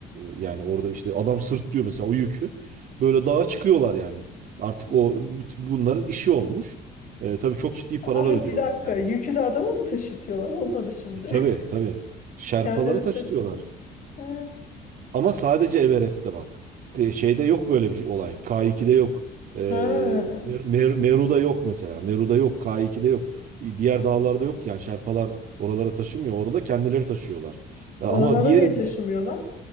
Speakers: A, on the right; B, on the left.
A: e, yani orada işte adam sırtlıyor mesela o yükü böyle dağa çıkıyorlar yani artık
B: Hmm.
A: o bütün bunların işi olmuş. Ee, tabii çok ciddi paralar
B: Ay
A: ödüyorlar
B: bir dakika
A: yani.
B: yükü de adama mı taşıtıyorlar? Olmadı şimdi.
A: E, tabii tabii
B: <laughs>
A: Şerpalara
B: Kendileri
A: taş
B: taşı.
A: diyorlar.
B: Ha.
A: Ama sadece Everest'te bak. Ee, Şeyde yok böyle bir şey- olay. K2'de yok. Ee,
B: Ha.
A: Mer- Mer- Meru'da yok mesela. Meru'da yok. K2'de yok. E, Diğer dağlarda yok yani. Şerpalar oralara taşımıyor. Orada kendileri taşıyorlar. E, Ama
B: Oralara
A: diğerinde
B: niye taşımıyorlar?